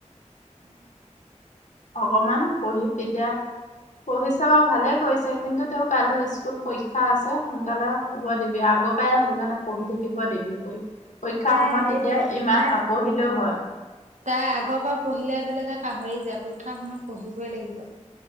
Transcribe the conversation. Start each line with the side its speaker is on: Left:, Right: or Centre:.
Right: <inaudible>
Left: অকমান পঢ়ি তেতিয়া পঢ়িছে বাৰু ভালে কৰিছে কিন্তু তেওঁ কাইলৈ স্কুল পৰীক্ষা আছে সোনকালে শুব দিবি, আগৰ পৰাাই সেইটো কাৰণে পঢ়ি থাকিব দিবি। পৰীক্ষা
Right: তাই
Left: সময়ত
Right: সেইটোৱে
Left: তেতিয়া ইমান
Right: তাই
Left: নপঢ়িলেও হয়।
Right: তাই আগৰ পৰাও পঢ়িলে বোলে তাই পাহৰি যায়, পৰীক্ষাৰ সময়ত পঢ়িবই লাগিব।